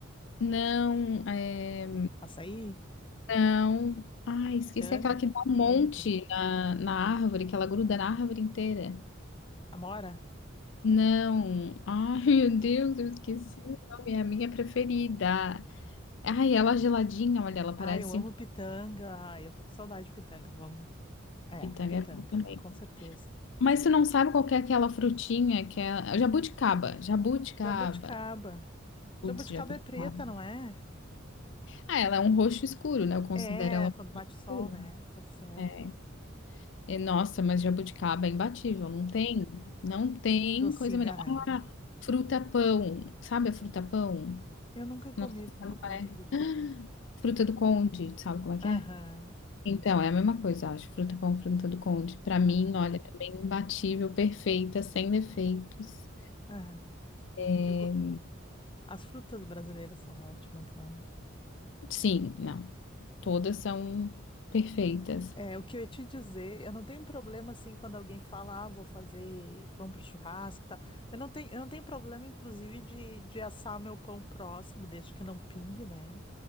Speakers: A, on the left (about 65°); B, on the left (about 25°).
A: Não, é...
B: açaí,
A: não. Ai,
B: pitanga,
A: esqueci aquela que dá um
B: pitanga
A: monte
B: preta.
A: na, na árvore, que ela gruda na árvore inteira.
B: Amora?
A: Não. Ai, meu Deus, eu esqueci o nome, é a minha preferida. Ai, ela geladinha, olha, ela parece
B: Ai, eu amo
A: um
B: pitanga. Ai, eu tô com saudade de pitanga. Vamos. É,
A: pitanga
B: pitanga,
A: é bom também.
B: com certeza.
A: Mas tu não sabe qual que é aquela frutinha que é jabuticaba, jabuticaba.
B: Jabuticaba.
A: Putz,
B: Jabuticaba
A: jabuticaba.
B: é preta, não é?
A: Ah, ela é um roxo escuro, né? Eu considero
B: É,
A: ela um
B: quando bate
A: escuro.
B: o sol, né? Tá certo.
A: É. E, nossa, mas jabuticaba é imbatível. Não tem, não tem
B: Docinha,
A: coisa melhor.
B: né?
A: Ah, fruta-pão. Sabe a fruta-pão?
B: Eu nunca comi
A: Não sei
B: fruta
A: se sabe
B: pão,
A: qual é.
B: tu acredita?
A: Fruta do Conde, sabe como é que
B: Aham.
A: é? Então, é a mesma coisa, eu acho. Fruta-pão, fruta do Conde. Pra mim,
B: aham.
A: olha, também imbatível, perfeita, sem defeitos.
B: Aham.
A: É,
B: Eu go- As frutas brasileiras são ótimas, né?
A: Sim, não. Todas são perfeitas.
B: É, o que eu ia te dizer, eu não tenho problema assim quando alguém fala, ah, vou fazer pão pro churrasco e tal. Eu não tenho, eu não tenho problema, inclusive, de, de assar o meu pão próximo, desde que não pingue, né?